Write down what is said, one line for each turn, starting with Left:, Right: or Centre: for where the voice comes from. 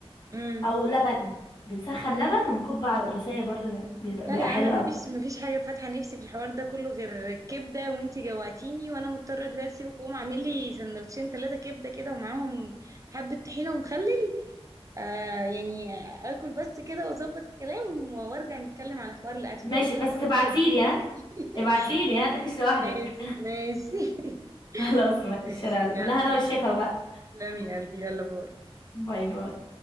Right: امم
Left: او لبن بنسخن لبن ونكب على القدوسيه برضو بيبقى
Right: لا
Left: بيبقى
Right: لا
Left: حلو
Right: انا
Left: قوي
Right: مفيش مفيش حاجه فاتحه نفسي في الحوار ده كله غير الكبده وانتي جوعتيني وانا مضطره دلوقتي اسيبك واقوم اعمل لي سندوتشين ثلاثه كبده كده ومعاهم حبه طحينه ومخلل آه يعني اكل بس كده واظبط الكلام وارجع نتكلم على حوار الاكل
Left: ماشي
Right: ده بس لازم
Left: بس تبعتيلي
Right: اكل كبده دلوقتي
Left: ها ابعتيلي ها متاكليش
Right: <laughs>
Left: لوحدك
Right: ماشي ماشي <laughs>
Left: <laughs> خلاص ماشي
Right: ماشي
Left: يلا.
Right: يلا
Left: لا انا
Right: باي
Left: والشيفه بقى
Right: سلام يا قلبي يلا باي
Left: باي باي